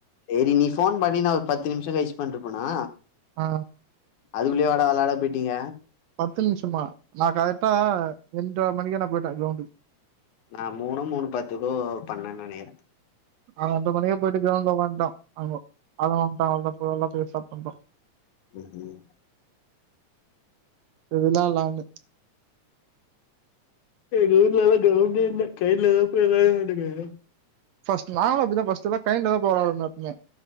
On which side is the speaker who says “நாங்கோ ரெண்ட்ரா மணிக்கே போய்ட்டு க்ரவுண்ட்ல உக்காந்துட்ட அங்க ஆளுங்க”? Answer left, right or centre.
Right